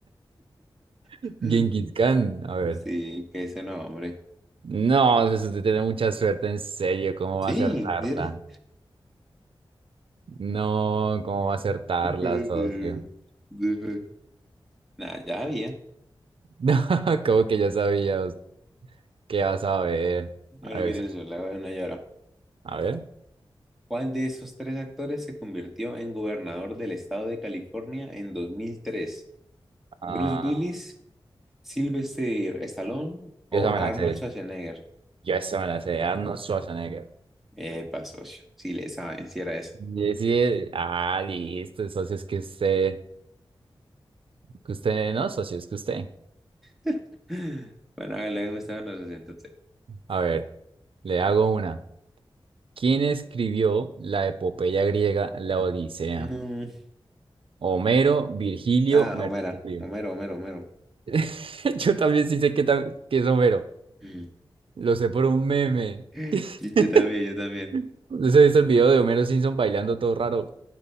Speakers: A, on the right; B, in the centre.
A: <laughs>
B: <laughs>
A: Genghis Khan, a ver.
B: Sí, que ese nombre.
A: No, pues usted tiene mucha suerte, en serio, ¿cómo
B: Sí,
A: va a acertarla?
B: mire.
A: No, ¿cómo va a acertarla,
B: No puede
A: socio?
B: ser.
A: <laughs>
B: No puede- Nah, ya había.
A: No, como que ya sabía, qué vas a ver.
B: Bueno,
A: A ver,
B: mire,
A: socio,
B: eso, le hago una llora.
A: a ver.
B: ¿Cuál de esos tres actores se convirtió en gobernador del estado de California en 2003? ¿Bruce
A: Ah,
B: Willis, Sylvester Stallone o
A: yo esa me
B: Arnold
A: la sé,
B: Schwarzenegger?
A: yo esa me la sé, Arnold Schwarzenegger.
B: Epa, socio, si le saben, si era eso.
A: Y sí, eh, ah, listo, socio, es que usted, que usted, no, socio, es que usted.
B: <laughs> Bueno, hágale, gustaban los socio, entonces.
A: A ver, le hago una. ¿Quién escribió la epopeya griega, la Odisea?
B: No.
A: Homero, Virgilio,
B: Ah,
A: Mercurio.
B: Homero, Homero, Homero, Homero.
A: <laughs> Yo también sí sé que, tam- que es Homero.
B: Mm.
A: Lo sé por un meme.
B: <laughs> Yo yo
A: <laughs>
B: también, yo también.
A: No sé visto el video de Homero Simpson bailando todo raro.